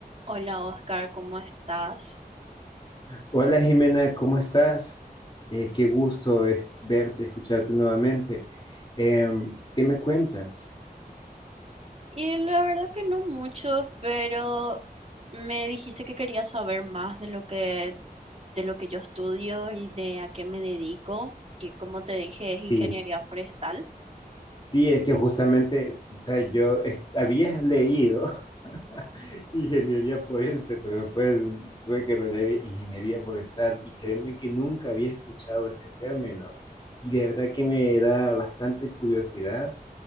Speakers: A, on the right; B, on the left.
A: Hola Oscar, ¿cómo estás?
B: Hola Jimena, ¿cómo estás? Eh, qué gusto eh, verte, escucharte nuevamente. Em, ¿qué me cuentas?
A: Y la verdad que no mucho, pero me dijiste que querías saber más de lo que, de lo que yo estudio y de a qué me dedico, que como te dije
B: Sí,
A: es ingeniería forestal.
B: sí, es que justamente, o sea, yo eh, había leído <laughs> ingeniería forense, pero después tuve que releer ingeniería forestal y créeme que nunca había escuchado ese término y de verdad que me da bastante curiosidad